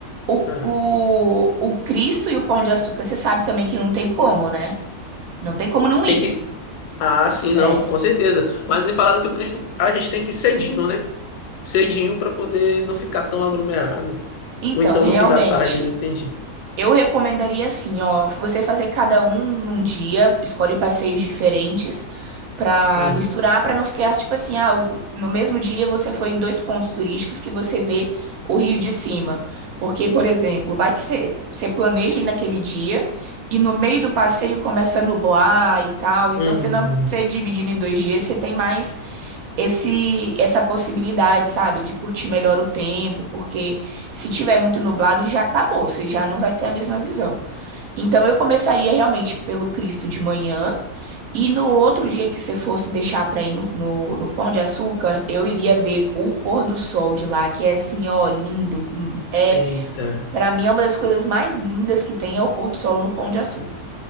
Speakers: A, on the right (about 70°); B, on the left (about 80°).
A: o,
B: Ah,
A: o, o Cristo e o Pão de Açúcar, você sabe também que não tem como, né? Não tem como não
B: tem
A: ir.
B: que. Ah, sim,
A: É.
B: não, com certeza. Mas me falaram que o Cristo, a gente tem que ir cedinho, né? Cedinho para poder não ficar tão aglomerado.
A: Então,
B: Ou então
A: realmente,
B: no fim da tarde, eu não entendi.
A: Eu recomendaria assim, ó, você fazer cada um num dia, escolhe passeios diferentes pra
B: Ah,
A: misturar, pra não ficar tipo assim, ah, o- no mesmo dia você foi em dois pontos turísticos que você vê o Rio de cima. Porque, por exemplo, vai que você você planeja ir naquele dia e no meio do passeio começa a nublar e tal, então
B: hum,
A: você não, você dividindo em dois dias, você tem mais esse essa possibilidade, sabe, de curtir melhor o tempo, porque se tiver muito nublado já acabou, você já não vai ter a mesma visão. Então eu começaria realmente pelo Cristo de manhã e no outro dia que você fosse deixar para ir no, no, no Pão de Açúcar, eu iria ver o pôr do sol de lá, que é assim, ó, lindo. É,
B: eita.
A: para mim é uma das coisas mais lindas que tem é o pôr do sol no Pão de Açúcar.